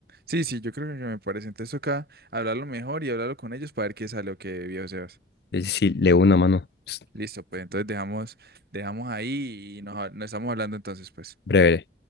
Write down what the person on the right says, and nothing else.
Sí, sí, yo creo que me parece. Entonces acá hablarlo mejor y hablarlo con ellos para ver qué sale o qué viejo se va.
Listo, pues entonces dejamos, dejamos ahí y nos, nos estamos hablando entonces, pues.